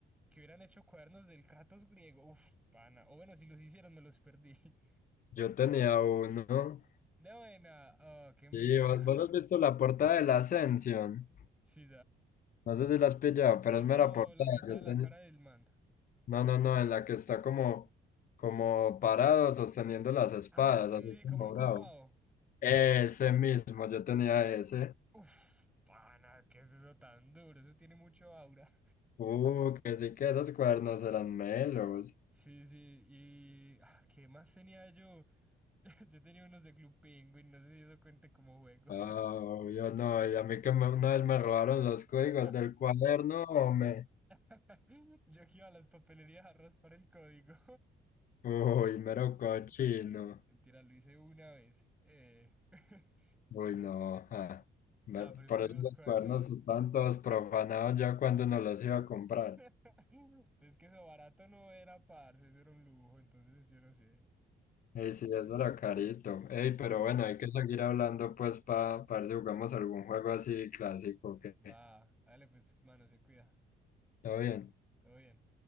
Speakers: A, in the centre; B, on the left.
A: que hubieran hecho cuadernos del Kratos griego. Uf, pana. O bueno, si los hicieron, me los perdí.
B: Yo tenía uno.
A: <laughs> De buena, oh, qué envidia.
B: Sí, vos, vos
A: <laughs>
B: has visto la portada de la Ascension.
A: Sí,
B: No sé si la has pillado, pero
A: Que es
B: es mera
A: como
B: portada.
A: la mitad
B: Yo
A: de la
B: tenía...
A: cara del man.
B: No, no, no, en la que está como, como parado sosteniendo las espadas,
A: Ah, sí,
B: así
A: sí, sí,
B: como
A: como encorvado.
B: bravo. Ese mismo, yo tenía ese.
A: Uf, pana, ¿qué es eso tan duro? Eso tiene mucho aura.
B: Uh, que sí que esos cuernos eran melos.
A: Sí, sí, y ah, ¿qué más tenía yo? <laughs> Yo tenía unos de Club Penguin, no sé si eso cuente como juego.
B: Ah,
A: <laughs>
B: yo no, y a mí que me- una vez me robaron los códigos
A: Ah,
B: del cuaderno, hombre.
A: <laughs> Yo que iba a las papelerías a raspar el código.
B: Uy, mero
A: <laughs>
B: cochino.
A: Mentira, lo hice una vez. Eh, <laughs>
B: Uy, no. ah. Me-
A: Ah,
B: por
A: pero es que
B: eso
A: esos
B: los
A: cuadernos.
B: cuadernos están todos profanados ya cuando no los iba a comprar.
A: <laughs> Es que eso barato no era, parce, eso era un lujo, entonces yo no sé.
B: Y sí, eso era carito. Ey,
A: <laughs>
B: pero bueno, hay que seguir hablando pues para ver si jugamos algún juego así clásico que...
A: Va, dale, pues, mano, se cuida.
B: todo bien?
A: Todo bien.